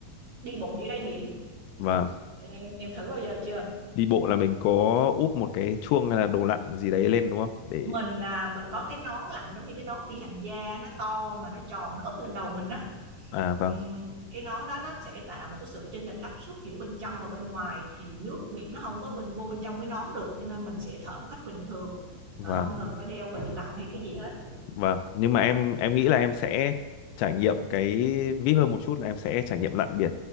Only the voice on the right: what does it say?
đi bộ dưới đáy biển
em em thử bao giờ chưa
mình à, mình có cái nón lặn giống như cái nón phi hành gia nó to mà nó tròn nó úp lên đầu mình á
Ừm, cái nón đó nó sẽ tạo một cái sự chênh lệch áp suất giữa bên trong và bên ngoài thì nước biển nó không có bên vô bên trong cái nón được cho nên mình sẽ thở một cách bình thường
mà không cần phải đeo bình lặn hay cái gì hết